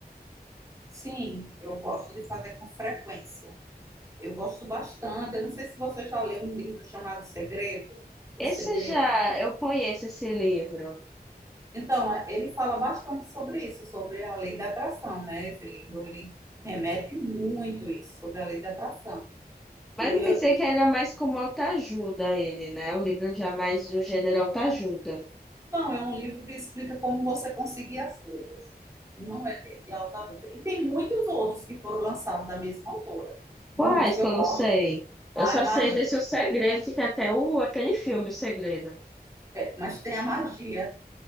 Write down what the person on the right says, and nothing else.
Sim, eu gosto de fazer com frequência. Eu gosto bastante. Eu não sei se você já leu um livro chamado Segredo. O
Segredo.
Então, eh, ele fala bastante sobre isso, sobre a lei da atração, né? Esse livro, ele remete muito isso, sobre a lei da atração.
E
eu,
e-
não, é um livro que explica como você conseguir as coisas. Não é de, de autoajuda. E tem muitos outros que foram lançados da mesma autora.
Muitos que
eu
gosto.
Ai,
mas,
mas tem a magia.